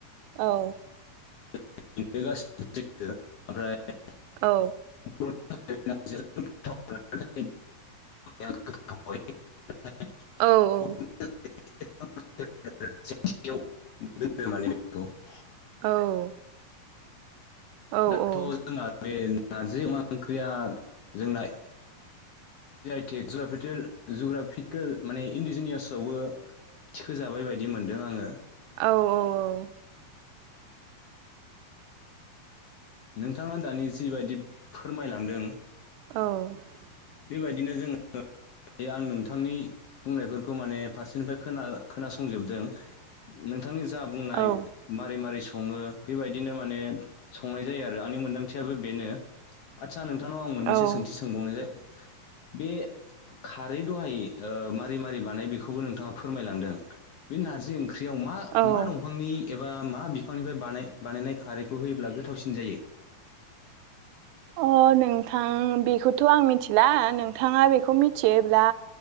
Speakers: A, on the right (about 90°); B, on the left (about 75°).
A: औ
B: <unintelligible>
A: औ
B: <unintelligible>
A: औ औ
B: गोथाव <unintelligible>
A: औ औ
B: दाथ'
A: औ
B: जोंना बे नारजि अमा ओंख्रिया जोंना जि आइ टेक जुग्राफिकेल माने इन्डिजिनियासआवबो थिखो जाबाय बायदि मोनदों आङो।
A: औ औ औ
B: नोंथाङा दानि जिबायदि फोरमायलांदों
A: औ
B: बेबायदिनो जोङो बे आं नोंथांनि बुंनायफोरखौ माने फारसेनिफ्राय खोनासंजोबदों नों नोंथांनि जा बुंनाय
A: औ
B: मारै मारै मारै सम सङो बेबायदिनो माने संनाय जायो आरो आंनि मोन्दांथियाबो बेनो आदसा नोंथांनाव आं मोननैसो
A: औ
B: सोंथि सोंबावनाय जाय बे खारै दहाय मारै मारै बानाय बेखौबो नोंथा फोरमायलांदों बे नारजि ओं ख्रियाव मा
A: औ
B: मा दंफांनि एबा मा बिफांनिफ्राय बानायनाय खारैखौ होयोब्ला गोथावसिन जायो? <inaudible>
A: अ नोंथां बेखौथ' आं मिथिला नोंथाङा बेखौ मिथियोब्ला